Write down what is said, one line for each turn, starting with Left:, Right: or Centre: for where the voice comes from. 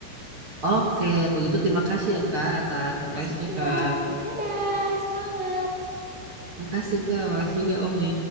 Right: Oke, begitu terima kasih ya Kak atas
Centre: Makasih.
Right: advice-nya Kak.
Centre: Ya, dadah, semangat.
Right: Terima kasih Kak, makasih juga Omi.